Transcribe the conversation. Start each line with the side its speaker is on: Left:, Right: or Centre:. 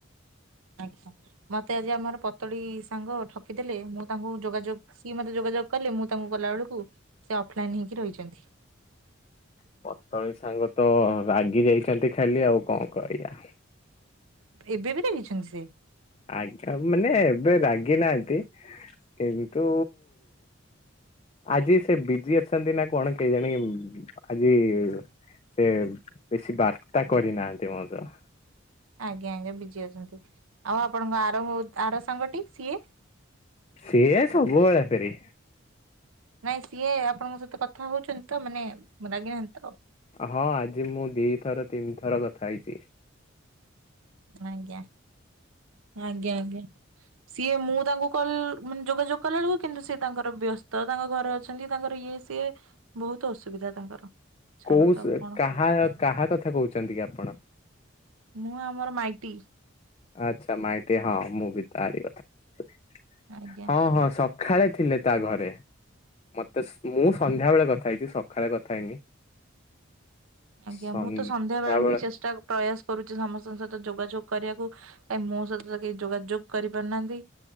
Right: ଆଜ୍ଞା ମତେ ଆଜି ଆମର ପତଳି ସାଙ୍ଗ ଠକିଦେଲେ ମୁଁ ତାଙ୍କୁ ଯୋଗାଯୋଗ ସିଏ ମତେ ଯୋଗ ଯୋଗ କଲେ ମୁଁ ତାଙ୍କୁ ଗଲା ବେଳକୁ ସେ ଅଫଲାଇନ ହେଇକି ରହିଛନ୍ତି।
Left: <inaudible> ପତଳି ସାଙ୍ଗ ତ ରାଗି ଯାଇଛନ୍ତି ଖାଲି ଆଉ କଣ କରିବା।
Right: ଏବେ ବି ରାଗିଛନ୍ତି ସେ।
Left: ଆଜ୍ଞା ମାନେ ଏବେ ରାଗି ନାହାନ୍ତି କିନ୍ତୁ ଆଜି ସେ ବିଜି ଅଛନ୍ତି ନା କଣ କେଜାଣି ଆଜି? ସେ ବେଶୀ ବାର୍ତ୍ତା କରିନାହାନ୍ତି ମୋ ସହ।
Right: ଆଜ୍ଞା ଆଜ୍ଞା ବିଜି ଅଛନ୍ତି ଆଉ ଆପଣଙ୍କ ଆର ଆର ସାଙ୍ଗଟି ସିଏ।
Left: ସିଏ ସବୁବେଳେ ଫେରି।
Right: ନାଇଁ ସିଏ ଆପଣଙ୍କ ସହିତ କଥା ହଉଛନ୍ତି। ତ ମାନେ ରାଗିନାହାନ୍ତି ତ
Left: ହଁ ଆଜି ମୁଁ ଦିଥର ତିନି ଥର କଥା ହେଇଛି।
Right: ଆଜ୍ଞା ଆଜ୍ଞା ଆଂଜ୍ଞା। ସିଏ ମୁଁ ତାଙ୍କୁ କଲ ମାନେ ଯୋଗାଯୋଗ କଲାବେଳକୁ କିନ୍ତୁ ସିଏ ତାଙ୍କର ବ୍ୟସ୍ତ ତାଙ୍କ ଘରେ ଅଛନ୍ତି ତାଙ୍କ ଇଏ ସିଏ ବହୁତ ଅସୁବିଧା ତାଙ୍କର। ଛାଡ଼ନ୍ତୁ
Left: କୋଉ ସ‌
Right: ଆଉ କଣ
Left: କାହା
Right: କହ
Left: କାହା କଥା କହୁଛନ୍ତି କି ଆପଣ।
Right: ମୁଁ ଆମର ମାଇଟି।
Left: ଆଚ୍ଛା ମାାଇଟି ହଁ ମୁଁ ବି ତାରି କଥା <inaudible>
Right: ଆଜ୍ଞା।
Left: ହଁ ହଁ ସ ଖେଳେ ଥିଲେ ତା ଘରେ। ମତେ ମୁଁ ସନ୍ଧ୍ୟା ବେଳେ କଥା ହେଇଛି ସକାଳେ କଥା ହେଇନି
Right: ଆଜ୍ଞା
Left: ସନ୍ଧ୍ୟାବେଳେ
Right: ମୁଁ ତ ସନ୍ଧ୍ୟା ବେଳ ହିଁ ଚେଷ୍ଟା ପ୍ରୟାସ କରୁଛି ସମସ୍ତଙ୍କ ସହିତ ଯୋଗାଯୋଗ କରିବାକୁ କାଇ ମୋ ସହିତ ତ କେହି ଯୋଗାଯୋଗ କରିପାରୁନାହାନ୍ତି